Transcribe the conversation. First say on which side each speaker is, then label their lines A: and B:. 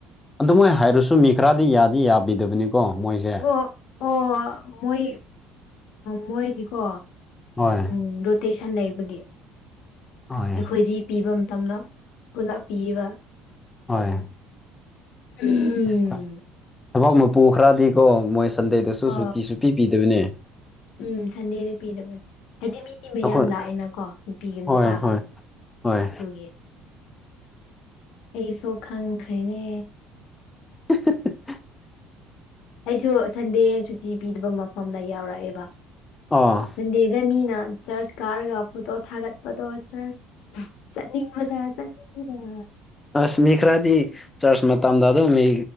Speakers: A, on the left; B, on the left.
A: ꯑꯗꯨꯃꯥꯏ ꯍꯥꯏꯔꯁꯨ ꯃꯤ ꯈꯔꯗꯤ ꯌꯥꯗꯤ ꯌꯥꯕꯤꯗꯕꯅꯤ ꯀꫭ ꯃꯣꯏꯖꯦ
B: ꯑꯣ ꯑꯣ ꯃꯣꯏ ꯃꯣꯏꯗꯤꯀꯣ
A: ꯍꯣꯏ
B: ꯎꯝ ꯔꯣꯇꯦꯁꯟ ꯂꯩꯕꯒꯤ
A: ꯍꯣꯏ
B: ꯑꯩꯈꯣꯏꯗꯤ ꯄꯤꯕ ꯃꯇꯝꯗ ꯄꯨꯂꯞ ꯄꯤꯌꯦꯕ
A: ꯍꯣꯏ
B: ꯎꯝ
A: ꯑꯁ ꯊꯕꯛ ꯃꯄꯨ ꯈꯔꯗꯤꯀꯣ ꯃꯣꯏ ꯁꯟꯗꯦꯗꯁꯨ
B: ꯑ
A: ꯁꯨꯇꯤ ꯁꯨꯄꯤ ꯄꯤꯗꯕꯅꯦ
B: ꯎꯝ ꯁꯟꯗꯦꯗ ꯄꯤꯗꯕꯅꯦ ꯍꯥꯏꯗꯤ ꯃꯤ ꯃꯌꯥꯝ
A: ꯑꯩꯈꯣꯏ
B: ꯂꯥꯛꯑꯦꯅꯀꯣ ꯅꯨꯄꯤꯒ ꯅꯨꯄꯥꯒ
A: ꯍꯣꯏ ꯍꯣꯏ ꯍꯣꯏ
B: ꯑꯗꯨꯒꯤ ꯑꯩꯁꯨ ꯈꯪꯈ꯭ꯔꯦꯅꯦ
A: <inaudible>
B: ꯑꯩꯁꯨ ꯁꯟꯗꯦ ꯁꯨꯇꯤ ꯄꯤꯗꯕ ꯃꯐꯝꯗ ꯌꯥꯎꯔꯛꯑꯦꯕ
A: ꯑꯥ
B: ꯁꯟꯗꯦꯗ ꯃꯤꯅ ꯆꯔ꯭ꯆ ꯀꯥꯔꯒ ꯐꯣꯇꯣ ꯊꯥꯒꯠꯄꯗꯣ ꯆꯔ꯭ꯆ ꯆꯠꯅꯤꯡꯕꯅ ꯆꯠꯅꯤꯡꯕꯅ
A: ꯑꯁ ꯃꯤ ꯈꯔꯥꯗꯤ ꯆꯔ꯭ꯆ ꯃꯇꯝꯗ ꯑꯗꯨꯝ ꯃꯤ